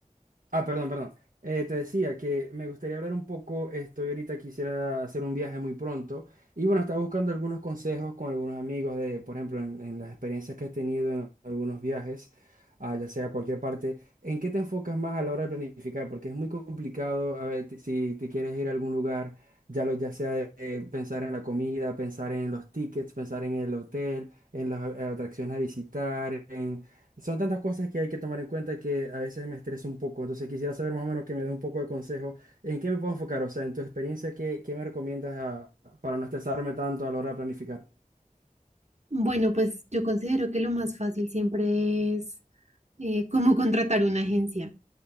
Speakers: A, on the right; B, on the right.
A: Ah, perdón, perdón. Eh, te decía que me gustaría hablar un poco, estoy ahorita quisiera hacer un viaje muy pronto y bueno, estaba buscando algunos consejos con algunos amigos de, por ejemplo, en, en las experiencias que he tenido en algunos viajes, ah, ya sea a cualquier parte, ¿en qué te enfocas más a la hora de planificar? Porque es muy complicado, a ver, te- si te quieres ir a algún lugar, ya, lo, ya sea de- eh, pensar en la comida, pensar en los tickets, pensar en el hotel, en las eh, atracciones a visitar, son tantas cosas que hay que tomar en cuenta que a veces me estreso un poco. Entonces quisiera saber más o menos que me des un poco de consejo. ¿En qué me puedo enfocar? O sea, en tu experiencia, ¿qué, qué me recomiendas a- para no estresarme tanto a la hora de planificar?
B: Bueno, pues yo considero que lo más fácil siempre es eh, como contratar una agencia,